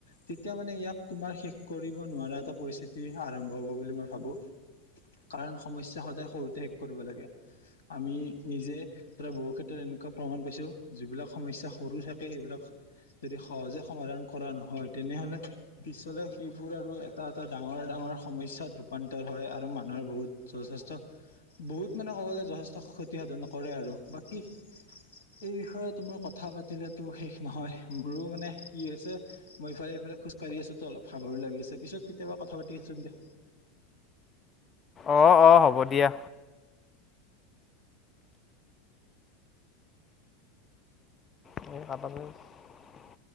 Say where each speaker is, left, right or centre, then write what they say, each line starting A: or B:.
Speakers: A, on the left (about 70°); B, on the left (about 25°).
A: তেতিয়া মানে ইয়াক তোমাৰ শেষ কৰিব নোৱাৰে। এটা পৰিস্থিতি আৰম্ভ হব বুলি মই ভাবো। কাৰণ সমস্যা সদায় সৰুতে শেষ কৰিব লাগে। আমি নিজে ধৰা বহু ক্ষেত্ৰত এনেকুৱা প্ৰমাণ পাইছো, যিবিলাক সমস্যা সৰু থাকে সেইবিলাক যদি সহজে সমাধান কৰা নহয় তেনেহলে পিছলে সেইবোৰ আৰু এটা এটা ডাঙৰ-ডাঙৰ সমস্যাত ৰূপান্তৰ হয় আৰু মানুহৰ বহুত যথেষ্ট বহুত মানে ক'বলে যথেষ্ট ক্ষতি সাধন কৰে আৰু বাকী এই বিষয়ে তো মই কথা পাতিলেতো শেষ নহয় মোৰ মানে কি হৈছে মই ইফালে খোজকাঢ়ি আছো তো অলপ সাহৰি লাগি আছে পিছত কেতিয়াবা কথা পাতি আচোন দে।
B: অ', অ', হ'ব দিয়া। <inaudible>